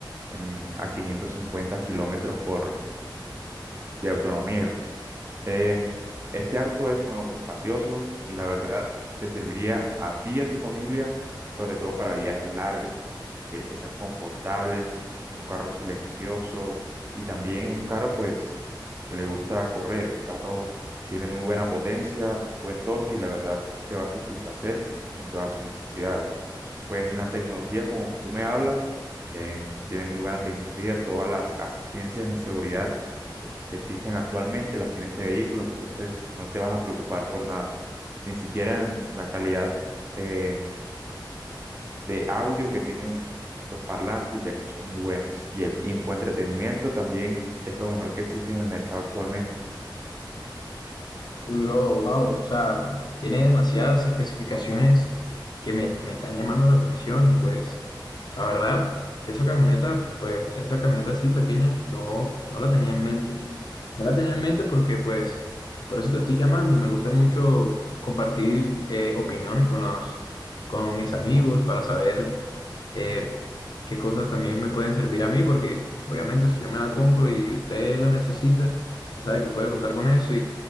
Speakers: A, on the right; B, on the left.
A: en- a 550 kilómetros por, de autonomía. Eh, este auto es un auto espacioso y la verdad te serviría a ti y a tu familia, sobre todo para viajes largos. Quieres que sean confortables, es un carro silencioso y también es un carro pues que le gusta correr. Un carro tiene muy buena potencia, muy buen torque y la verdad te va a satisfacer en todas sus necesidades. Pues en la tecnología, como me- tú me hablas, eh, tiene muy buena tecnología, todas las asistencias en seguridad que existen actualmente las tiene este vehículo, entonces no te vas a preocupar por nada. Ni siquiera en la calidad eh, de audio que tienen los parlantes, ya que son muy buenas. Y, el, y un buen entretenimiento también es lo mejor que existe en el mercado actualmente.
B: Uy, bro, wow. O sea, tiene demasiadas especificaciones que me, me están llamando la atención y pues, la verdad, esa camioneta, pues, esa camioneta así pequeña, no, no la tenía en mente. No la tenía en mente porque, pues, por eso te estoy llamando. Me gusta mucho compartir eh, opiniones con los, con mis amigos para saber eh, qué cosas también me pueden servir a mí, porque obviamente si yo me la compro y usted la necesita, usted sabe que puede contar con eso